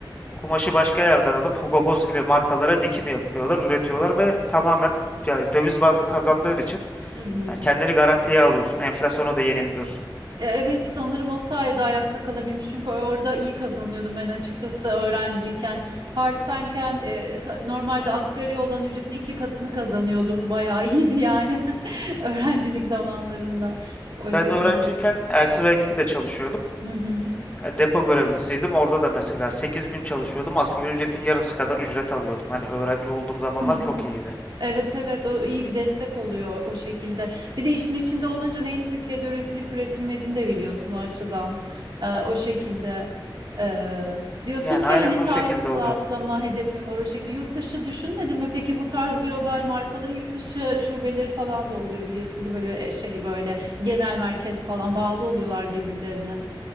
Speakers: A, on the left; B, on the right.
A: kumaşı başka yerden alıp Hugo Boss gibi markalara dikim yapıyorlar, üretiyorlar ve tamamen yani döviz bazlı kazandığın için
B: Hı hı.
A: yani kendini garantiye alıyorsun. Enflasyona da yenilmiyorsun.
B: E, Evet sanırım o sayede ayakta kalabilmiş çünkü orada iyi kazanıyordum ben açıkçası öğrenciyken part-time'ken e, ka- normalde asgari olan ücretin iki katını kazanıyordum bayağı iyiydi yani <laughs> öğrencilik
A: Evet.
B: zamanlarında o
A: Ben
B: şekilde.
A: öğrenciyken LCV2'de çalışıyordum.
B: Hı hı.
A: E, Depo görevlisiydim. Orada da mesela 8 gün çalışıyordum. Asgari ücretin yarısı kadar ücret alıyordum. Hani öğrenci olduğum zamanlar
B: Hı hı.
A: çok iyiydi.
B: Evet evet o iyi bir destek oluyor o şekilde. Bir de işin içinde olunca neyin Türkiye'de üretilip üretilmediğini de biliyorsun o açıdan. Ee, o şekilde ee, diyorsun
A: Yani
B: ki
A: aynen
B: hani
A: o
B: title
A: şekilde oluyor.
B: atlama hedefim var o şekilde. Yurt dışı düşünmedin mi? Peki bu tarz global markaların yurt dışı şubeleri falan da oluyor biliyorsun ki böyle e, şey böyle genel merkez falan bağlı oluyorlar birbirlerine.